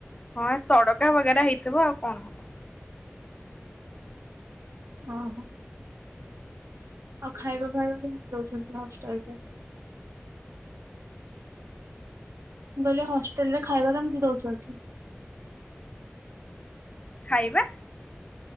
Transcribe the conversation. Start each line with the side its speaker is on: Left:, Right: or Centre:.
Left: ହଁ ତଡକା ବଗେରା ହେଇଥିବ ଆଉ କଣ ହବ।
Right: ହଁ। ଆଉ ଖାଇବା ଫାଇବା କେମତି ଦଉଛନ୍ତି ହଷ୍ଟେଲ ରେ? ମୁଁ କହିଲି ହଷ୍ଟେଲ୍ ରେ ଖାଇବା କେମିତି ଦୋଉଛନ୍ତି?
Left: ଖାଇବା